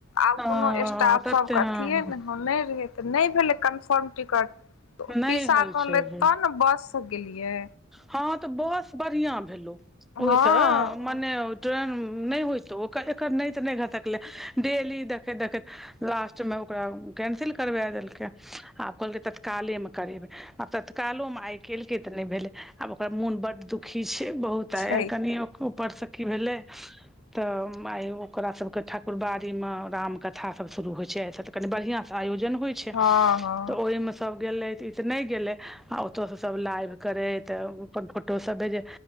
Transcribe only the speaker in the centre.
ह
तते
हँ
नहि
होइ
छै गे।
हँ तऽ बस बढ़िआँ भेलौ ओइसँ
मने ट्रेन नइ होइतौ ओकर एकर नइ तऽ नइ घसकलै डेली देखैत देखैत लास्टमे ओकरा कैंसिल करबा देलकै आब कहलकै तत्कालेमे करेबै आ तत्कालो मे आइ केल्कै तऽ नइ भेलै आब ओकर मोन बड्ड दुखी छै बहुत
आय कनि ऊपरसँ की भेलै तऽ आइ ओकरा सबके ठाकुरबारी मे राम कथा सब शुरू होइ छै आइ से त कनि बढ़िआँ से आयोजन होइ छै
तऽ ओइमे सब गेलै तो इ त नई गेलै आ ओतसे सब लाइभ करै त अपन फोट फोटो सब भेजे